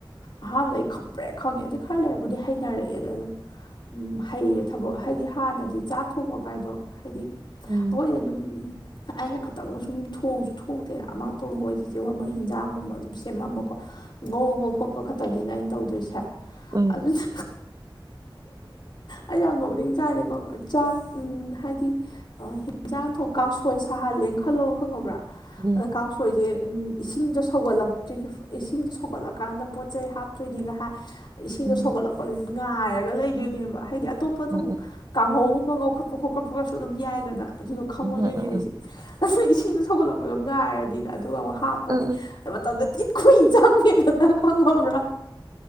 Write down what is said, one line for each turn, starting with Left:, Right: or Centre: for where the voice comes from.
Left: ꯑꯍꯥꯟꯕꯗ ꯑꯩ ꯈꯪꯕ꯭ꯔꯦꯛ ꯈꯪꯉꯦ ꯑꯗꯨ ꯈꯔ ꯂꯩꯔꯕꯨꯗꯤ ꯍꯩꯅꯔꯛꯑꯦꯗ ꯑꯗꯨꯝ ꯎꯝ ꯍꯩꯔꯦ ꯊꯕꯛ ꯍꯥꯏꯗꯤ ꯍꯥꯟꯅꯗꯤ ꯆꯥꯛ ꯊꯣꯡꯕ ꯀꯥꯏꯗꯣ ꯍꯥꯏꯗꯤ
Right: ꯎꯝ
Left: ꯑꯩꯈꯣꯏꯅ ꯑꯗꯨꯝ ꯑꯩꯅ ꯈꯤꯇꯪ ꯁꯨꯝ ꯊꯣꯡꯉꯁꯨ ꯊꯣꯡꯗꯦꯅ ꯑꯃꯇꯣꯟ ꯍꯣꯏ ꯆꯤꯆꯦ ꯍꯣꯏ ꯃꯣꯏ ꯍꯤꯟꯖꯥꯡꯒꯨꯝꯕ ꯑꯗꯨꯝ ꯁꯦꯝꯃꯝꯃꯀꯣ ꯉꯧꯕ ꯈꯣꯠꯄ ꯈꯛꯇꯅꯤꯅ ꯑꯩꯅ ꯇꯧꯗꯣꯏꯁꯦ
Right: ꯎꯝ
Left: ꯑꯗꯨꯅ ꯑꯩ ꯌꯥꯝ ꯅꯣꯛꯅꯤꯡ ꯖꯠꯅꯦꯀꯣ ꯆꯥꯛ ꯍꯥꯏꯗꯤ ꯑꯥ ꯍꯤꯟꯖꯥꯡ ꯊꯣꯡ ꯀꯥꯡꯁꯣꯏ ꯁꯥꯍꯜꯂꯦꯅ ꯈꯜꯂꯣ ꯈꯪꯉꯕ꯭ꯔꯥ
Right: ꯎꯝ
Left: ꯑꯗ ꯀꯥꯡꯁꯣꯏ ꯈꯣꯏꯗꯤ ꯎꯝ ꯏꯁꯤꯡꯗꯣ ꯁꯧꯒꯠꯂꯛꯇ꯭ꯔꯤ ꯏꯁꯤꯡꯗꯨ ꯁꯧꯒꯠꯂꯀꯥꯟꯗ ꯄꯣꯠ ꯆꯩ ꯍꯥꯞꯇꯣꯏꯅꯦꯒ ꯍꯥꯏ ꯏꯁꯤꯡꯗꯣ
Right: ꯎꯝ
Left: ꯁꯧꯒꯠꯂꯛꯄ ꯉꯥꯏꯔꯒ ꯂꯩꯗꯣꯏꯅꯦꯕ ꯍꯥꯏꯗꯤ ꯑꯇꯣꯞꯄꯗꯪ
Right: ꯎꯝ
Left: ꯀꯥꯡꯍꯧꯒꯨꯝꯕ ꯉꯧꯈꯠꯄ ꯈꯣꯠꯄꯒꯁꯨ ꯑꯗꯨꯝ ꯌꯥꯏꯗꯅ ꯑꯗꯨꯁꯨ ꯈꯪꯉꯣꯏꯗꯣꯏꯅꯦ
Right: ꯎꯝ ꯎꯝ ꯎꯝ ꯎꯝ
Left: ꯑꯩꯖꯦ
Right: ꯎꯝ
Left: ꯏꯁꯤꯡꯗꯣ ꯁꯧꯒꯠꯂꯛꯄꯗꯣ ꯉꯥꯏꯔꯅꯤꯅ ꯑꯗꯨꯒ ꯑꯃꯨꯛ ꯍꯥꯞꯄꯅꯤ
Right: ꯎꯝ
Left: ꯃꯇꯝꯗꯣ ꯊꯤ ꯀꯨꯏꯅ ꯆꯪꯉꯦꯗꯅ ꯈꯪꯉꯥꯕ꯭ꯔꯥ